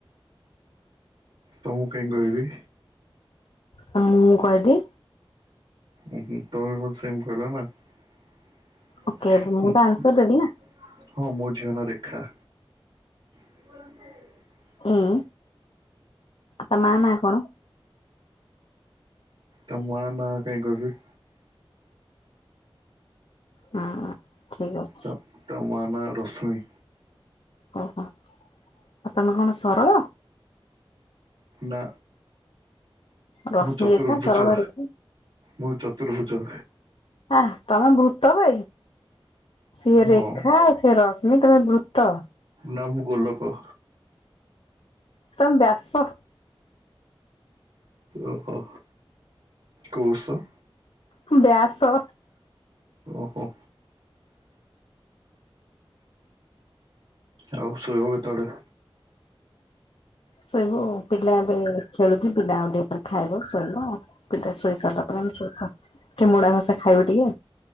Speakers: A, on the right; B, on the left.
A: ତମକୁ କାଇଁ କହିବି।
B: ହଁ ମୁଁ କହିଲି।
A: ଉଁ ହୁଁ ତମେ କଣ ସେମ୍ କହିଲ ନା? <unintelligible>
B: ଓକେ ମୁଁ ତ ଆନ୍ସର ଦେଲି ନା
A: ହଁ ମୋ ଝିଅ ନା ରେଖା। <unintelligible>
B: ଏଁ ତା ମା ନା କଣ?
A: ତା ମା ନା କାଇଁ କହିବି।
B: ହଁ ଠିକ୍ <unintelligible>
A: ତ ତୋ ମା ନାଁ ରଶ୍ମି।
B: ଓହୋ ଆଉ ତମେ କଣ ସରଳ?
A: ନା
B: ରଶ୍ମି
A: ମୁ ଚତୃର୍ଭୁଜ।
B: ରେଖା ସରଳ ରେଖା
A: ମୁ ଚତୃର୍ଭୁଜ।
B: ହାଁ ତମେ ଭୂତ ବେ ସିଏ
A: ହଁ
B: ରେଖା ସିଏ ରଶ୍ମି ତମେ ଭୂ ତ।
A: ନା ମୁ ଗୋଲକ।
B: ତମେ ବ୍ୟାସ
A: ଓହୋ କୋଉ ସ?
B: ବ୍ୟାସ।
A: ଓହୋ। ଆଉ ଶୋଇବ କେତେବେଳେ?
B: ଶୋଇବୁ ପିଲା ଏବେ ଖେଳୁଚି ପିଲା ଆଉ ଟିକେ ପରେ ଖାଇବ ଶୋଇବ ପିଲା ଶୋଇ ସାରିଲା ପରେ ଆମେ ଶୋଇବୁ ଆଉ ଟିକେ ମୋଡ଼ା ଘସା ଖାଇବୁ ଟିକେ।